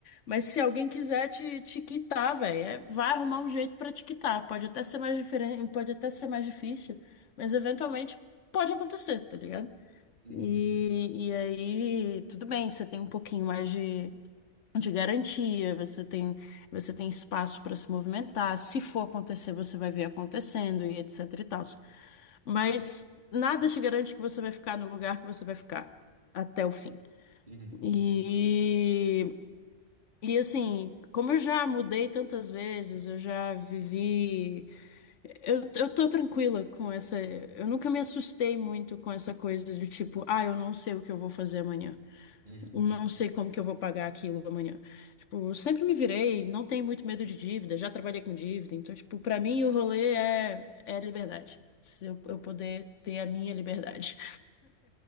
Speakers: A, on the left; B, on the right.
A: Mas se alguém quiser te, te quitar, velho, é- vai arrumar um jeito pra te quitar. Pode até ser mais diferente, pode até ser mais difícil, mas eventualmente pode acontecer, tá ligado?
B: uhum,
A: E, e aí, tudo bem, você tem um pouquinho mais de, de garantia, você tem, você tem espaço para se movimentar. Se for acontecer, você vai ver acontecendo e etc e tal. Mas nada te garante que você vai ficar no lugar que você vai ficar até o fim.
B: uhum,
A: E, e assim, como eu já mudei tantas vezes, eu já vivi. Eu, eu tô tranquila com essa. Eu nunca me assustei muito com essa coisa de tipo, ah, eu não sei o que eu vou fazer amanhã
B: uhum,
A: um não sei como que eu vou pagar aquilo amanhã. Tipo, eu sempre me virei, não tenho muito medo de dívida, já trabalhei com dívida, então, tipo, pra mim o rolê é, é liberdade. Se eu, eu poder ter a minha liberdade.